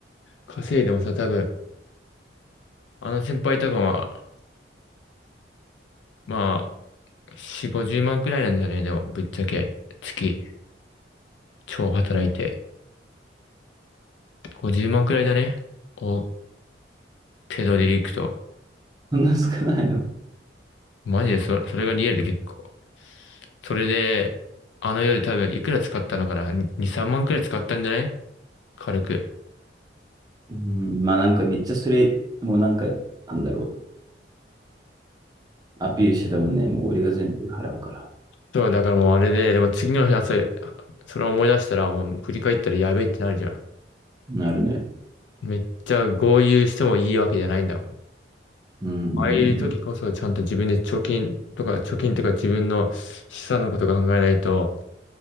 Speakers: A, on the left; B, on the right.
A: 稼いでもさ、多分、あの先輩とかは、まあ、4、50万くらいなんだよね。でも、ぶっちゃけ、月、超働いて。50万くらいだね。お、手取りでいくと。
B: そんな少ないの。
A: マジでそ、それがリアルで結構。それで、あの夜多分いくら使ったのかな ?2、3万くらい使ったんじゃない軽く。
B: うん、まあなんかめっちゃそれ、もうなんか、なんだろう。アピールしてたもんね。もう俺が全部払うから。
A: そう、だからもうあれで、でも次の日朝、それを思い出したら、もう振り返ったらやべえってなるじゃん。
B: なるね。
A: めっちゃ豪遊してもいいわけじゃないんだもん。
B: うんうん
A: ああいう時こそちゃんと自分で貯金とか、貯金とか自分の資産のこと考えないと